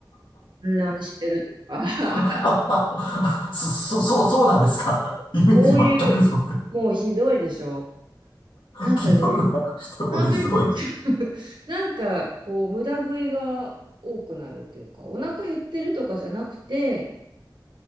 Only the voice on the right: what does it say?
散乱してるとか、<laughs>
そういう、もうひどいでしょ。なんかね、
食べ、<laughs> なんかこう無駄食いが多くなるっていうか、お腹減ってるとかじゃなくて、